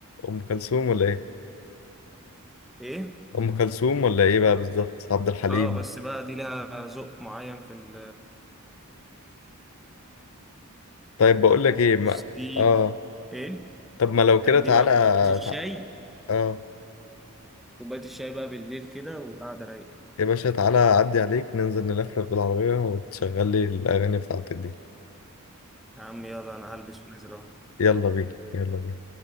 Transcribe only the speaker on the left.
ام كلثوم ولا ايه
ام كلثوم ولا ايه بقى بالظبط عبد الحليم
طيب
بقول لك ايه
ما...
اه
طب ما لو كده
تعالى
تع... اه
يا باشا تعالى أعدي عليك ننزل نلفلف بالعربية وتشغل لي الأغاني بتاعتك دي
يلا بينا يلا بينا